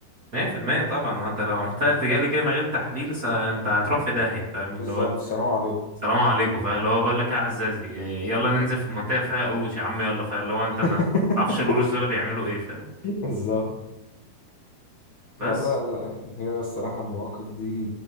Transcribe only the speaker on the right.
100% طبعا ما انت لو عملت ارتجالي كده من غير تحليل س- انت هتروح في داهية فاهم اللي
هو انت-
سلام عليكم فاهم اللي هو بقول لك ايه يا عزازي إيه، يلا ننزل في منطقة فيها قروش يا عم يلا فاهم اللي هو انت
ما تعرفش القروش دول بيعملوا ايه فاهم
بس